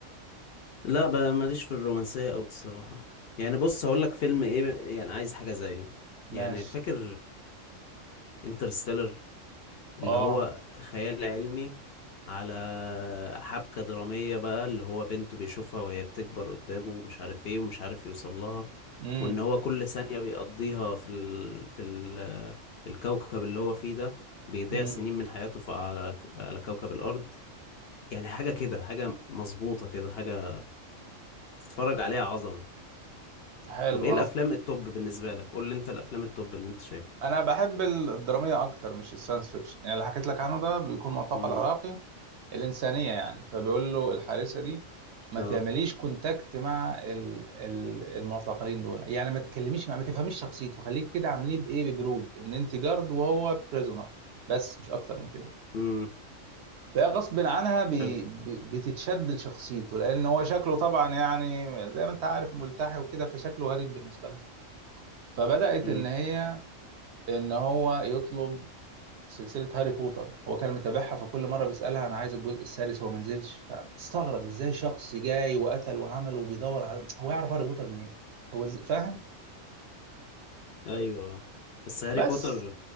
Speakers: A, on the left (about 60°); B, on the right (about 65°).
A: لا بقى ماليش في الرومانسية أوي الصراحة يعني بص هقول لك فيلم ايه يعني عايز حاجة زيه يعني
B: ماشي
A: فاكر انترستيلر اللي
B: اه
A: هو خيال علمي على حبكة درامية بقى اللي هو بنته بيشوفها وهي بتكبر قدامه ومش عارف ايه ومش عارف يوصل لها
B: امم
A: وان هو كل ثانية بيقضيها في ال... في ال... الكوكب اللي هو فيه ده بيضيع
B: امم
A: سنين من حياته ف- على على كوكب الأرض يعني حاجة كده حاجة مظبوطة كده حاجة تتفرج عليها عظمة
B: حلو
A: طب ايه الأفلام
B: انا ف...
A: التوب بالنسبة لك قول لي انت الأفلام التوب اللي انت شايفها
B: انا بحب الدراميه اكتر مش الساينس فيكشن يعني اللي حكيت لك عنه ده بيكون معتقل
A: امم
B: عراقي الإنسانية يعني فبيقول له الحارسة دي ما
A: اه
B: تعمليش كونتاكت مع ال- ال- المعتقلين دول يعني ما تكلميش مع ما تفهميش شخصيته خليك كده عامليه بإيه ببرود إن أنت جارد وهو بريزونر بس مش أكتر من كده
A: امم
B: فهي غصب عنها بي
A: حلو
B: بي بتتشد لشخصيته لأن هو شكله طبعا يعني زي ما أنت عارف ملتحي وكده فشكله غريب بالنسبة لها فبدأت
A: امم.
B: إن هي إن هو يطلب سلسلة هاري بوتر هو كان متابعها فكل مرة بيسألها أنا عايز الجزء السادس هو ما نزلش فبتستغرب إزاي شخص جاي وقتل وعمل وبيدور على هو يعرف هاري بوتر منين هو إز- فاهم
A: ايوه بس هاري
B: بس
A: بوتر